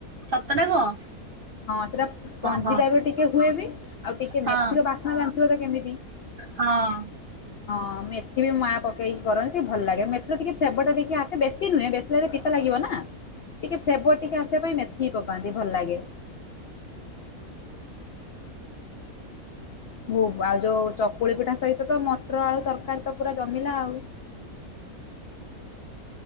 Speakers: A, on the right; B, on the left.
A: ସତ ନା କଣ
B: ହଁ ସେଟା ସ୍ପଞ୍ଜି
A: ହଁ ହଁ।
B: ଟାଇପରେ ଟିକେ ହୁଏ ବି ଆଉ ଟିକେମେ
A: ହଁ
B: କସାଲାଗୁଥୁବ ତ କେମିତି?
A: ହଁ
B: ହଁ ମେଥି ବି ମା ପକେଇକି କରନ୍ତି ଟିକେ ଭଲ ଲାଗେ ମେଥିର ଟିକେ ଫେବ ଟା ଟିକିେ ଆସେ ବେଶୀ ନୁହେଁ। ବେଶୀ ପିତା ଲାଗିବ ନା ଟିକେ ଫ୍ଲେବର ଟିକେ ଆସିବା ପାଇଁ ମେଥିିଁ ପକାନ୍ତି ଭଲ ଲାଗେ ହୁ ଆଉ ଯୋଉ ଚକୁଳି ପିଠା ସହିତ ତ ମଟର ଆଳୁ ତରକାରୀ ତ ପୁରା ଜମିଲା ଆଉ।